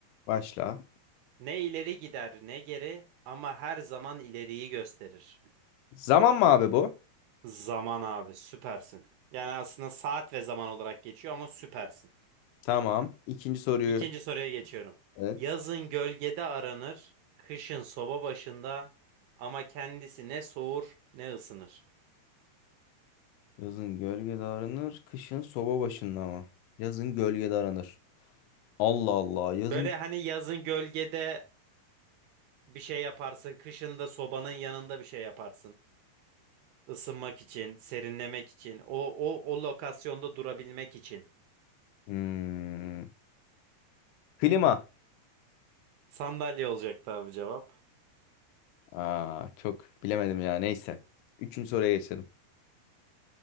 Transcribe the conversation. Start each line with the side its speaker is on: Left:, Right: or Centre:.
Left: Başla.
Right: Ne ileri gider ne geri ama her zaman ileriyi gösterir.
Left: Zaman mı abi bu?
Right: Zaman abi süpersin. Yani aslında saat ve zaman olarak geçiyor ama süpersin.
Left: Tamam. İkinci soruyu.
Right: İkinci soruya geçiyorum.
Left: Evet.
Right: Yazın gölgede aranır, kışın soba başında ama kendisi ne soğur ne ısınır.
Left: Yazın gölgede aranır. Kışın soba başında mı? Yazın gölgede aranır. Allah Allah. Yazın...
Right: Böyle hani yazın gölgede bir şey yaparsın, kışın da sobanın yanında bir şey yaparsın. Isınmak için, serinlemek için, o o o lokasyonda durabilmek için.
Left: Hmm. Klima.
Right: Sandalye olacaktı abi cevap.
Left: Aa, çok bilemedim ya. Neyse. Üçüncü soruya geçelim.